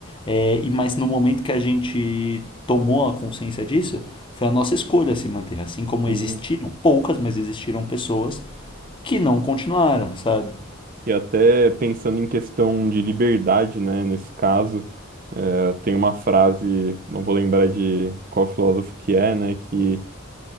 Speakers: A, on the left (about 25°); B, on the right (about 40°).
A: É, e mas no momento que a gente tomou a consciência disso, foi a nossa escolha se manter. Assim como
B: sim.
A: existiram poucas, mas existiram pessoas que não continuaram, sabe?
B: E até pensando em questão de liberdade, né? Nesse caso, eh, tem uma frase, não vou lembrar de qual filósofo que é, né? Que